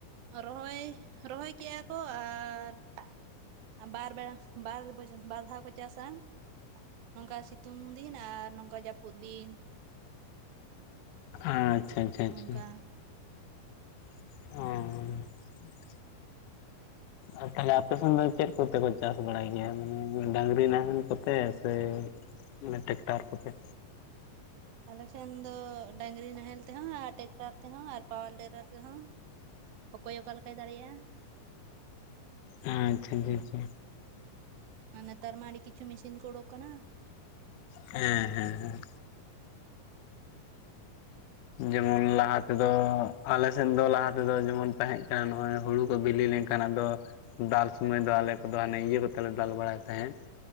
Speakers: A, on the right; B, on the left.
A: ᱨᱚᱦᱚᱭ, ᱨᱚᱦᱚᱭ ᱠᱮᱜᱼᱟ ᱠᱚ ᱟᱨ ᱟᱨ ᱵᱟᱨ ᱵᱮᱲᱟ ᱵᱟᱨ ᱵᱚᱡ ᱵᱟᱨ ᱫᱷᱟᱣ ᱠᱚ ᱪᱟᱥᱟ ᱾ ᱱᱚᱝᱠᱟ ᱥᱤᱛᱩᱝ ᱫᱤᱱ ᱟᱨ ᱱᱚᱝᱠᱟ ᱡᱟᱹᱯᱩᱫ ᱫᱤᱱ ᱾
B: ᱟᱪᱪᱷᱟ ᱟᱪᱪᱷᱟ ᱟᱪᱪᱷᱟ
A: ᱚᱱᱠᱟ
B: ᱾ ᱚᱸ ᱾ ᱟᱨ ᱛᱟᱦᱚᱞᱮ ᱟᱯᱮ ᱥᱮᱱ ᱫᱚ ᱪᱮᱫ ᱠᱚᱛᱮ ᱠᱚ ᱪᱟᱥ ᱵᱟᱲᱟᱭ ᱜᱮᱭᱟ ᱢᱟᱱᱮ ᱰᱟᱹᱝᱜᱨᱤ ᱱᱟᱦᱮᱞ ᱠᱚᱛᱮ ᱥᱮ ᱢᱟᱱᱮ ᱴᱮᱠᱴᱟᱨ ᱠᱚᱛᱮ?
A: ᱟᱞᱮ ᱥᱮᱱ ᱫᱚ ᱰᱟᱺᱜᱨᱤ ᱱᱟᱦᱮᱞ ᱛᱮᱦᱚᱸ ᱟᱨ ᱴᱮᱠᱴᱟᱨ ᱛᱮᱦᱚᱸ ᱟᱨ ᱯᱟᱣᱟᱨ ᱴᱮᱞᱟᱨ ᱛᱮᱦᱚᱸ᱾ ᱚᱠᱚᱭ ᱚᱠᱟ ᱞᱮᱠᱟᱭ ᱫᱟᱲᱮᱭᱟᱜᱼᱟ ᱾
B: ᱟᱪᱪᱷᱟ <unintelligible>
A: ᱢᱟ ᱱᱮᱛᱟᱨ ᱢᱟ ᱟᱹᱰᱤ ᱠᱤᱪᱷᱩ ᱢᱤᱥᱤᱱ ᱠᱚ ᱚᱰᱚᱠ ᱠᱟᱱᱟ ᱾
B: ᱦᱮᱸ, ᱦᱮᱸ, ᱦᱮᱸ᱾ ᱡᱮᱢᱚᱱ ᱞᱟᱦᱟ ᱛᱮᱫᱚ ᱟᱞᱮ ᱥᱮᱫ ᱫᱚ ᱞᱟᱦᱟ ᱛᱮᱫᱚ ᱡᱮᱢᱚᱱ ᱛᱟᱦᱮᱸᱠ ᱱᱚᱜᱚᱭ ᱦᱩᱲᱩ ᱠᱚ ᱵᱤᱞᱤ ᱞᱮᱱᱠᱷᱟᱱ ᱚᱱᱠᱟᱱᱟᱜ ᱫᱚ ᱫᱟᱞ ᱥᱚᱢᱚᱭ ᱫᱚ ᱟᱞᱮ ᱠᱚᱫᱚ ᱦᱟᱱᱮ ᱤᱭᱟᱹ ᱠᱚᱛᱮ ᱞᱮ ᱫᱟᱞ ᱵᱟᱲᱟᱭ ᱛᱟᱦᱮᱸᱫ ᱾